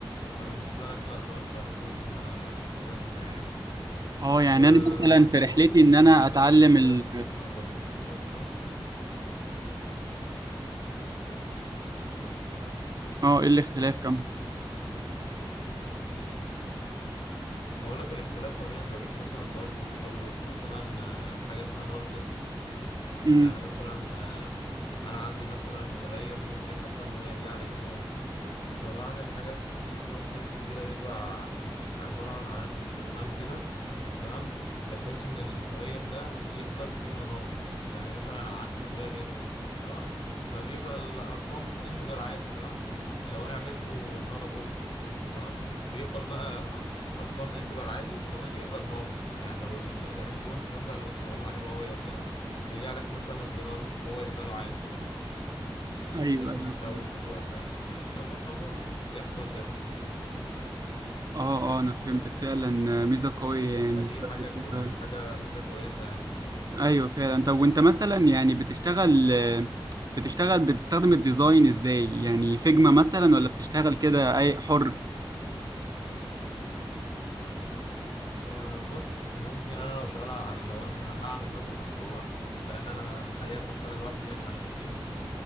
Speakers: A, on the left (about 75°); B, on the right (about 45°).
A: فبالنسبة لك لا دارت هتكون آه، سهلة يعني
B: اه يعني
A: وبرضو
B: انا مثلا في رحلتي ان
A: يمكن
B: انا اتعلم
A: الاختلاف
B: ال
A: منها وما بين سي بلس بلس
B: اه ايه الاختلاف كم
A: بقول لك الاختلاف ما بين ما بين مثلا دارت وسي بلس بلس مثلا آه، حاجه اسمها نال سيفتي
B: امم
A: يعني مثلا آه، انا عندي مثلا متغير ممكن مثلا ان هو يرجع لي بنول فبعمل حاجه اسمها نول شيفت كده بيبقى عباره عن علامه استفهام كده تمام بحيث ان المتغير ده يقبل قيمه نل يعني مثلا أنا عندي متغير انت تمام فبيبقى الارقام انتجر عادي تمام لو انا عملته نلابل تمام بيقبل بقى ارقام انتجر عادي وكمان يقبل نل يعني لو الريسبونس مثلا لو انت شغال مع اي بي اي او كده رجع لك مثلا بنال هو يقبله عادي لكن
B: ايوه ايوه
A: لو
B: فهمت.
A: مش نالبل يحصل ايرور
B: اه اه انا فهمتك فعلا ميزه قويه يعني
A: فدي حاجة كو...
B: طيب،
A: حاجة ميزة كويسة يعني
B: ايوه فعلا طب وانت مثلا يعني بتشتغل بتشتغل بتستخدم الديزاين ازاي يعني فيجما مثلا ولا بتشتغل كده اي حر
A: أه بص ممكن انا لو شغال على لو انا ه- هعمل مثلا مشروع لان انا حاليا بشتغل لوحدي يعني معيش تيم